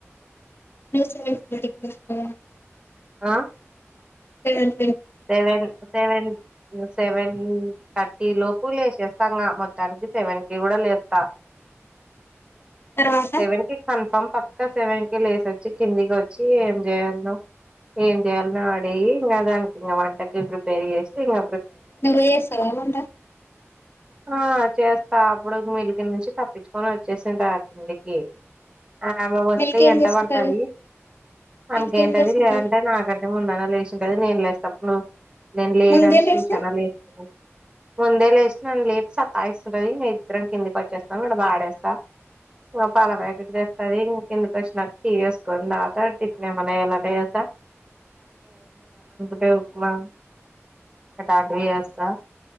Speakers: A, on the left; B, on the right.
A: <unintelligible>
B: ఆ
A: ఎన్
B: సెవెన్ సెవెన్ సెవెంథర్టీ లోపు లేసేస్తా గా మొత్తానికి సెవెనికి కూడా లేస్తా
A: తర్వాత
B: సెవెన్ కి కన్ఫర్మ్ పక్క సెవెన్ కి లేసొచ్చి కిందికి ఒచ్చి ఎం చేయాలనో ఏంచేయాలనో అడిగి ఇంగ దానికి ఇంక వంటకి ప్రిపేర్ జేసీ ఇంగ
A: మీరే చేస్తారా వంట
B: ఆ చేస్తా అపుడు మిల్కె నుంచి తప్పించుకొని వచ్చేసిన్ తరువాత ఇంటికి ఆ ఆమె వస్తే
A: మిల్క్ ఏం
B: ఏంటా
A: చేస్తుంటది
B: పడతది అందుకేంటది
A: మిల్క్ ఏం చేస్తుంటది
B: లేంటే నాకంటే ముందన్న లేశుటండి నేన్ లెస్ ఆప్పులు నేను లేన్
A: ముందే
B: అని
A: లేసి
B: చూసి అన లేతది ముందే లెషి నన్ను లేపి సతస్తుంటాది మేం ఇద్దరం కిందికి వచ్చేస్తాం అడ బడేస్తాం ఓ పాలపాకెట్ తె సరే ఇంకెందికొచ్చినట్టిగేస్కొని నాకాడ్ టిఫినేమన్న <unintelligible> దేవతా. <unintelligible> అదే ఉప్మా ఆటంటివి చేస్తా